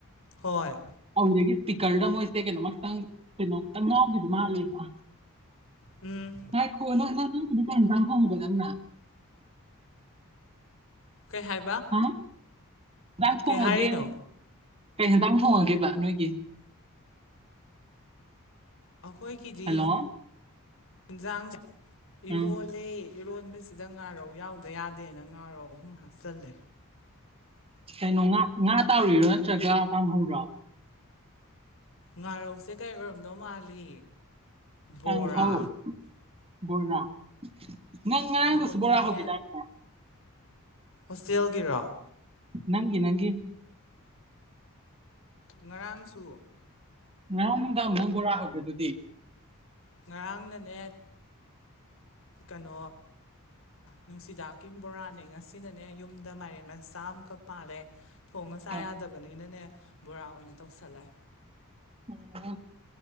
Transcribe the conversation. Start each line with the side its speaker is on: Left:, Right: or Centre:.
Left: ꯍꯣꯏ
Right: ꯍꯧꯗꯒꯤ ꯄꯤꯀꯜꯗ ꯃꯣꯏꯁ ꯍꯦꯛꯦ ꯅ ꯃ ꯃꯥ ꯀꯩꯅꯣ ꯇꯝꯒꯗꯨ ꯃꯥꯅꯦꯗ
Left: ꯎꯝ
Right: ꯣ ꯐꯣꯡꯕꯗ
Left: ꯀꯩ ꯍꯥꯏ
Right: ꯍꯥ ꯍꯥꯡ ꯊꯣꯡꯉꯒꯦ
Left: ꯍꯥꯏꯔꯤꯅꯣ
Right: ꯀꯩ ꯍꯦꯟꯇꯥꯡ ꯊꯣꯡꯉꯒꯦꯕ ꯅꯣꯏꯒꯤ
Left: ꯑꯩꯈꯣꯏꯒꯤꯗꯤ
Right: ꯍꯜꯂꯣ
Left: ꯌꯦꯟꯁꯥꯡ
Right: ꯎꯝ
Left: ꯏꯔꯣꯜꯂ ꯏꯔꯣꯟꯕꯁꯤꯗ ꯉꯥꯔꯧ ꯌꯥꯎꯗ ꯌꯥꯗꯦꯅ ꯉꯥꯔꯧ ꯑꯍꯨꯝ ꯍꯥꯞꯆꯤꯜꯂꯦ
Right: ꯀꯩꯅꯣ ꯉꯥ ꯉꯥ ꯇꯥꯔꯤꯔꯣ ꯅꯠꯇ꯭ꯔꯒ ꯇꯥꯡꯍꯧꯔꯣ
Left: ꯉꯥꯔꯧꯁꯦ ꯀꯩ ꯑꯣꯏꯔꯝꯗꯧ ꯃꯥꯜꯂꯤ ꯕꯣꯔꯥ
Right: ꯀꯥꯡꯍꯧ ꯕꯣꯔꯥ ꯅꯪ ꯉꯔꯥꯡꯗꯁꯨ
Left: ꯏꯪꯈꯣꯜꯒꯤꯅꯦ
Right: ꯕꯣꯔꯥ ꯍꯈꯤꯗꯥꯏꯅꯦ
Left: ꯍꯣꯁꯇꯦꯜꯒꯤꯔ
Right: ꯅꯪꯒꯤ ꯅꯪꯒꯤ
Left: ꯉꯔꯥꯡꯁꯨ
Right: ꯉꯔꯥꯡ ꯅꯨꯡꯗꯥꯡ ꯑꯃꯨꯪ ꯕꯣꯔꯥ ꯍꯧꯒꯦꯗꯨꯗꯤ
Left: ꯉꯔꯥꯡꯅꯅꯦ ꯀꯩꯅꯣ ꯅꯨꯡꯁꯤꯗꯥꯛꯀꯤ ꯕꯣꯔꯥꯅꯦ ꯉꯁꯤ ꯁꯤꯅꯅꯦ ꯌꯨꯝꯗ ꯃꯥꯏꯔꯦꯟ ꯃꯆꯥ ꯑꯃꯈꯛ ꯄꯥꯜꯂꯦ ꯊꯣꯡꯉ ꯆꯥ
Right: ꯑ
Left: ꯌꯥꯗꯕꯅꯤꯅꯅꯦ ꯕꯣꯔꯥ ꯑꯣꯏꯅ ꯇꯧꯁꯜꯂꯦ
Right: ꯎꯝ